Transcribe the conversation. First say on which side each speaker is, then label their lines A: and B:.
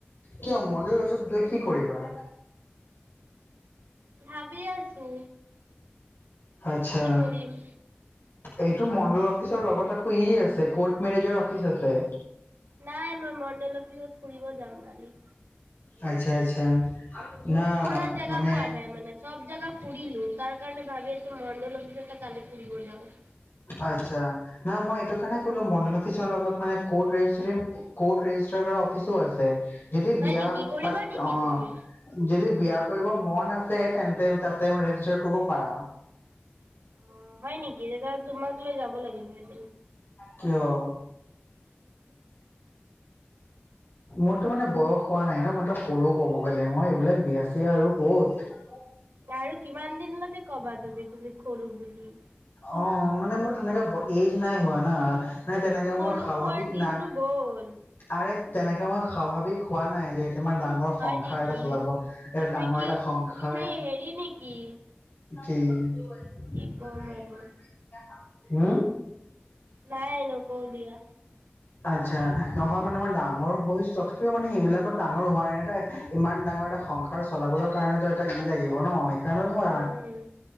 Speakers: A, on the left; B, on the right.
A: কিয় মন্দিৰৰ ওচৰত গৈ কি কৰিবা
B: ভাবি আছো
A: আচ্ছা
B: কি কৰিম
A: এইটো মণ্ডল অফিচৰ লগত আকৌ ই আছে কৰ্ট মেনেজৰ অফিচ আছে
B: নাই মই মণ্ডেল অফিচত ফুৰিব যাম কালি
A: আচ্ছা আচ্ছা না
B: ফুৰাৰ জেগা
A: মানে
B: পোৱা নাই মানে চব জাগা ফুৰিলো তাৰ কাৰণে ভাবি আছো মন লিছে ত কালি ফুৰিব যাওঁ
A: আচ্ছা না মই এইটো কাৰনে কলো মণ্ডল অফিচৰ লগত মানে কৰ্ট ৰেজিচ কৰ্ট ৰেজিষ্টাৰ কৰা অফিছো আছে যদি
B: হয়
A: বিয়া
B: নেকি কৰিবা
A: পাত
B: নেকি
A: অ
B: তুমি?
A: যদি বিয়া কৰিব মন আছে তেন্তে তাতে ৰেজিষ্টাৰ কৰিব পাৰা
B: অ হয় নেকি তেতিয়া তোমাক লৈ যাব লাগিব বদ
A: কিয়ো মোৰতো মানে বয়স হোৱা নাই ন মইতো সৰু ক'ব গ'লে মই এইবিলাক বিয়াচিয় আৰু কত
B: আৰু কিমান দিনলৈকে কবা তুমি তুমি খো বুলি
A: অ মানে মোৰ তেনেকে এজ নাই হোৱা না মানে তেনেকে
B: প়কুৱাৰ
A: মোৰ স্বাভাৱিক
B: দিনটো
A: নাই
B: গ'ল
A: আৰে তেনেকে মই স্বাভাৱিক হোৱা নাই যে কিমান ডাঙৰ
B: হয়
A: সংসাৰ
B: নেকি
A: এটা চলাব এটা
B: তুমি
A: ডাঙৰ
B: কি
A: এটা সংসাৰ
B: তুমি হেৰি নেকি
A: কি <unintelligible>
B: কি ক'ম আৰু
A: হম
B: নাই নকৌ দিয়া
A: আচ্ছা নহয় মানে মই ডাঙৰ হৈ তথাপিও মানে সেইবিলাকত ডাঙৰ হোৱা নাই এটা ইমান ডাঙৰ এটা সংসাৰ চলাবৰ কাৰণেতো এটা লাগিব ন সেইকাৰণ মোৰ
B: উম